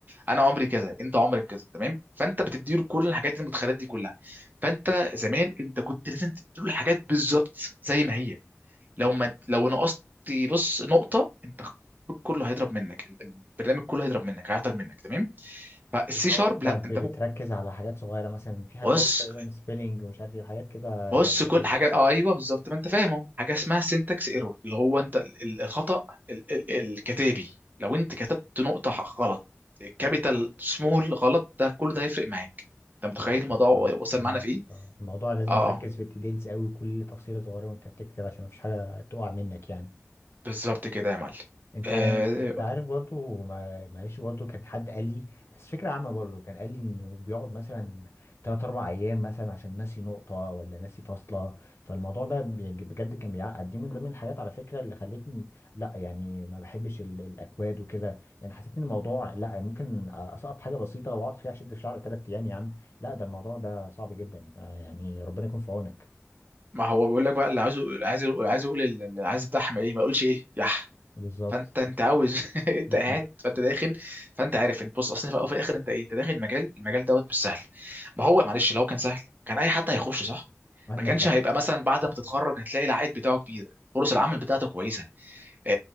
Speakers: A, on the right (about 35°); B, on the left (about 55°).
A: انا عمري كذا انت عمرك كذا تمام فانت بتديله كل الحاجات دي المدخلات دي كلها فانت زمان انت كنت لازم تديله الحاجات بالظبط زي ما هي لو ما لو نقصت بص نقطة انت الكود كله هيضرب منك ال- ال- البرنامج كله هيضرب منك هيعطل منك تمام فالسي
B: اللي
A: شارب
B: هو انت
A: لا
B: ب-
A: انت
B: بتركز
A: ممكن
B: على حاجات صغيره مثلا في حاجات
A: بص
B: برضو تقريبا سبيلنج ومش عارف ايه وحاجات كده
A: بص
B: دقيقه
A: كل
B: قوي
A: حاجة اه ايوه بالظبط ما انت فاهمه حاجة اسمها سينتاكس ايرور اللي هو انت ال- ال- الخطأ ال- ال- الكتابي لو انت كتبت نقطة ح- غلط كابيتال سمول غلط ده كل ده هيفرق معاك انت متخيل
B: فهمتك
A: الموضوع
B: اه
A: وصل
B: فهمتك
A: معانا في ايه؟
B: اه الموضوع لازم
A: اه
B: تركز
A: اه
B: في الديتيلز قوي كل تفصيلة صغيرة وانت بتكتب عشان مفيش حاجة تقع منك يعني
A: بالظبط كده يا معلم
B: انت
A: آه،
B: ع- انت عارف برضو مع- معلش برضو كان حد قال لي بس فكرة عامة برضو كان قال لي انه بيقعد مثلا تلات اربع ايام مثلا عشان ناسي نقطة ولا ناسي فاصلة فالموضوع ده بي- بجد كان بيعقد دي من ضمن الحاجات على فكرة اللي خلتني لا يعني ما بحبش ال- الاكواد وكده يعني حسيت ان الموضوع لا ممكن اسقط حاجة بسيطة واقعد فيها اشد في شعري تلات ايام يا عم لا ده الموضوع ده صعب جدا آه، يعني ربنا يكون في عونك
A: ما هو بيقول لك بقى اللي عايزه عايز يقول- عايز يقول اللي عايز الدحم ايه ما يقولش ايه يح
B: بالظبط
A: فانت انت عاوز <laughs> انت
B: <laughs>
A: قاعد فانت داخل فانت عارف انت بص اصلا في الاول وفي الاخر انت ايه انت داخل مجال المجال دوت مش سهل ما هو معلش لو كان سهل كان اي حد هيخش صح
B: عندك
A: ما كانش هيبقى مثلا بعد ما تتخرج هتلاقي العائد بتاعه كبير فرص العمل بتاعته كويسه آه،